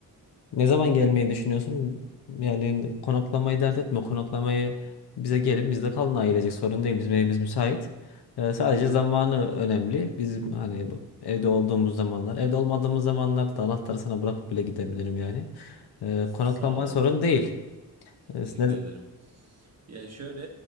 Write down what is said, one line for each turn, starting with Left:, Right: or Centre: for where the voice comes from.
Left: e, ne zaman gelmeyi düşünüyorsun? Yani konaklamayı dert etme. Konaklamayı bize gelin, bizde kalın ailecek sorun değil. Bizim evimiz müsait. E, sadece zamanı önemli. Biz hani bu- evde olduğumuz zamanlar, evde olmadığımız zamanlarda da anahtarı sana bırakıp bile gidebilirim yani. E,
Right: Sağ
Left: konaklama
Right: ol.
Left: sorun değil. E,
Right: Teşekkür
Left: ne-
Right: ederim. Yani şöyle